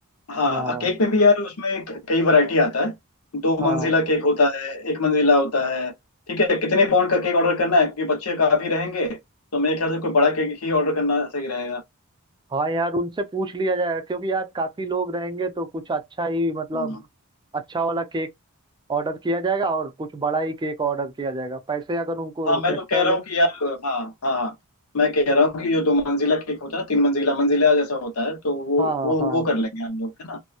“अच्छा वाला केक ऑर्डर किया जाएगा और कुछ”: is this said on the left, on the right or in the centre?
Right